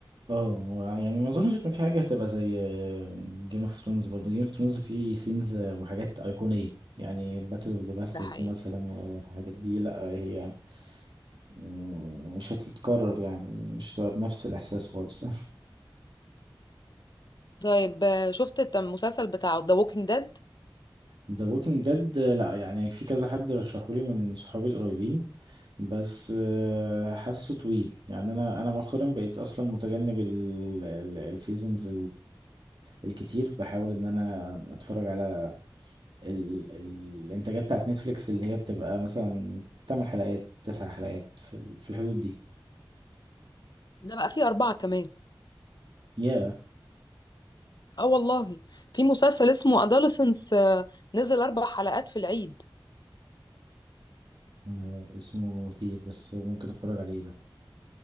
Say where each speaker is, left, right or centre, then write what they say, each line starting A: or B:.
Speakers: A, on the right; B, on the left.
A: اه هو يعني ما اظنش ان في حاجه هتبقى زي جيم اوف ثرونز برضه جيم اوف ثرونز فيه سينز وحاجات ايقونيه يعني باتل اوف ذا باسترز
B: ده حقيقي
A: مثلا ولا الحاجات دي لا هي مم، مش هتتكرر يعني مش هتبقى بنفس الاحساس خالص
B: طيب آه، شفت الت- المسلسل بتاعه ذا ووكينج ديد
A: ذا ووكينج ديد لا يعني في كذا حد رشحولي من صحابي القريبين بس آه، حاسه طويل يعني انا انا مؤخرا بقيت اصلا متجنب السيزونز الكتير بحاول ان انا اتفرج على ال- ال- الانتاجات بتاعت نتفليكس اللي هي بتبقى مثلا 8 حلقات 9 حلقات في ال- في الحدود دي
B: ده بقى فيه أربعة كمان
A: يا
B: اه والله في مسلسل اسمه أدolescence آه، نزل أربع حلقات في العيد
A: آه، اسمه مثير بس ممكن اتفرج عليه ده